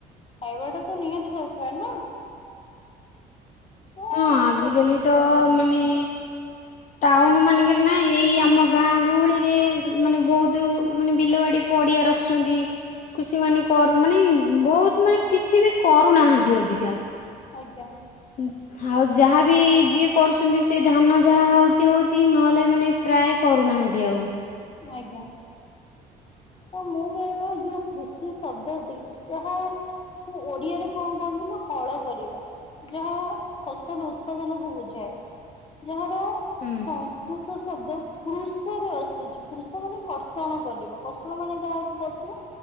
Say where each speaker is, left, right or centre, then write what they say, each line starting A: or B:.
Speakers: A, on the left; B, on the left.
A: ଖାଇବାଟା ତ ନିହାତି ଦରକାର ନା। ତ
B: ହଁ ଆଜିିକାଲି
A: ଯୋ
B: ତ ମାନେ ଟାଉନ୍ ମାନଙ୍କରେ ନା ଏଇ ଆମ ଗାଁ ଗହଳିରେ ମାନେ ବହୁତୁ ମାନେ ବିଲବାଡି ପଡ଼ିଆ ରଖୁସନ୍ତି। କୃଷି ମାନେ କରୁ ମାନେ ବହୁତ ମାନେ କିଛି ବି କରୁନାହାନ୍ତି ଅବିକା।
A: ଆଜ୍ଞା।
B: ଉଁ, ଆଉ ଯାହାବି ଯିଏ କରୁଛନ୍ତି ସେ ଧାନ ଯାହା ହଉଛି ହଉଛି ନହେଲେ ମାନେ ପ୍ରାୟ କରୁନାହାନ୍ତି ଆଉ।
A: ଆଜ୍ଞା। ତ ମୁଁ କହିବା ଯୋଉ କୃଷି ଶବ୍ଦଟି ଯାହା କୁ ଓଡିଆରେ କଣ କୁହନ୍ତି ନା ହଳ କରିବା। ଯାହା ଫସଲ ଉତ୍ପାଦନକୁ ବୁଝାଏ। ଯାହାର
B: ହୁଁ।
A: ସଂସ୍କୃତ ଶବ୍ଦ କୃଷ ରୁ ଆସିଛି। କୃଷ ମାନେ କର୍ଷଣ କରିବା। କଷଣ ମାନେ କାହାକୁ କଷିବା?